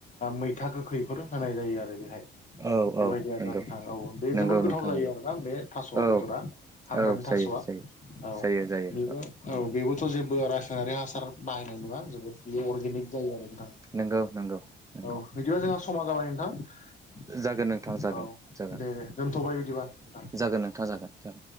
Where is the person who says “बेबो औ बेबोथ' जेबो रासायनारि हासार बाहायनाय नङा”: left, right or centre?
Left